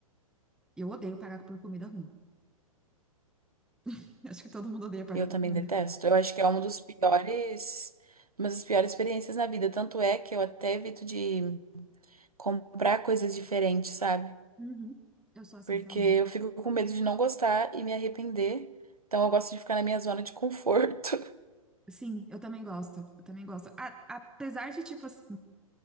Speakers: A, in the centre; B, on the right.
A: Eu odeio pagar por comida ruim. <laughs> Acho que todo mundo odeia pagar
B: Eu
A: por
B: também
A: comida
B: detesto. Eu acho que é uma dos piores, uma das piores experiências na vida. Tanto é que eu até evito de comprar coisas diferentes, sabe?
A: Uhum. Eu sou assim
B: Porque
A: também.
B: eu fico com medo de não gostar e me arrepender. Então eu gosto de ficar na minha zona de conforto.
A: Sim, eu também gosto. Eu também gosto. A- apesar de, tipo assim,